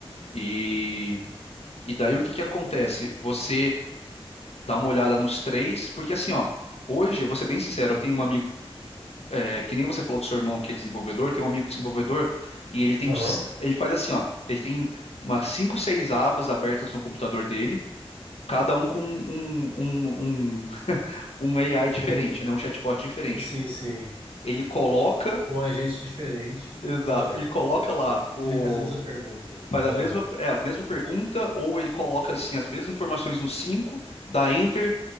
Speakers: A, on the left; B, on the right.
A: E, e daí o que que acontece? Você dá uma olhada nos três, porque assim, ó, hoje, eu vou ser bem sincero, eu tenho um amigo é, que nem você falou do seu irmão que é desenvolvedor, tem um amigo desenvolvedor e ele tem,
B: aham.
A: ele faz assim, ó, ele tem umas cinco, seis abas abertas no computador dele, cada um com um, um, um, <laughs> um AI diferente,
B: com,
A: né, um chatbot diferente.
B: sim, sim,
A: Ele coloca,
B: com um agente diferente.
A: exato,
B: Ah,
A: ele coloca lá o
B: ele faz a mesma pergunta.
A: Faz
B: Ah,
A: a mesma, é, a mesma pergunta, ou ele coloca assim as mesmas informações no 5 dá enter,